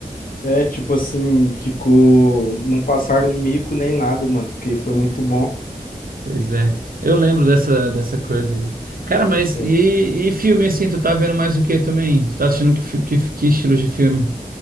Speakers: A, on the left; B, on the right.
A: É, tipo assim, ficou. Não passaram um mico nem nada, mano, porque foi muito bom.
B: Pois é, eu lembro dessa, dessa coisa aí. Cara, mas
A: É.
B: e, e filme assim, tu tá vendo mais o que também? Tu tá assistindo que, fi- que, que estilo de filme?